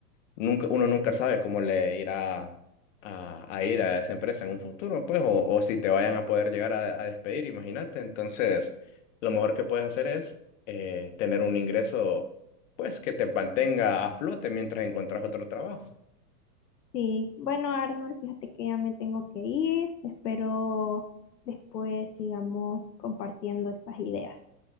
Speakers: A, on the left; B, on the left.
A: nunca, uno nunca sabe cómo le irá a, a ir a esa empresa en un futuro, pues, o, o si te vayan a poder llegar a, a despedir, imagínate. Entonces, lo mejor que puedes hacer es eh, tener un ingreso, pues, que te mantenga a flote mientras encuentras otro trabajo.
B: Sí, bueno, Arnold, fíjate que ya me tengo que ir. Espero después sigamos compartiendo estas ideas.